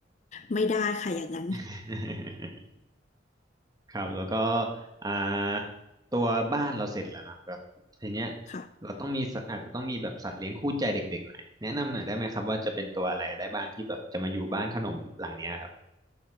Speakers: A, on the left; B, on the right.
A: ไม่ได้ค่ะอย่างนั้น
B: <laughs> ครับแล้วก็อ่าตัวบ้านเราเสร็จแล้วนอะแบบทีเนี้ย
A: ค่ะ
B: เราต้องมีสัตว์อาจจะต้องมีแบบสัตว์เลี้ยงคู่ใจเด็กๆหน่อยแนะนำหน่อยได้ไหมครับว่าจะเป็นตัวอะไรได้บ้างที่แบบจะมาอยู่บ้านขนมหลังเนี้ยครับ